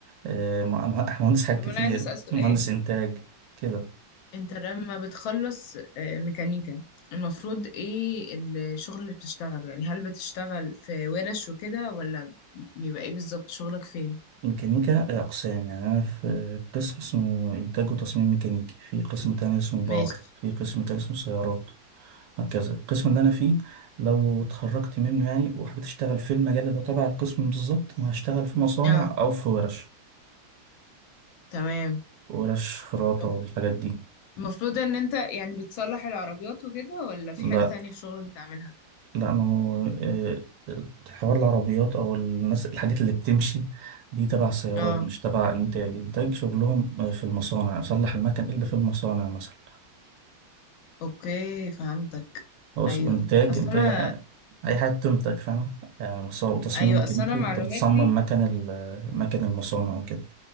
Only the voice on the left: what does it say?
طب
انا عايزة اسأل سؤال
انت لما بتخلص آه، ميكانيكا المفروض ايه الشغل اللي بتشتغله يعني هل بتشتغل في ورش وكده ولا بيبقى ايه بالظبط شغلك فين
ماشي
اه
تمام
طب
المفروض ان انت يعني بتصلح العربيات وكده ولا في
حاجة تانية في شغلك بتعملها
اه
اوكي فهمتك
ايوه
اصل
انا
ايوه
اصل انا معلوماتي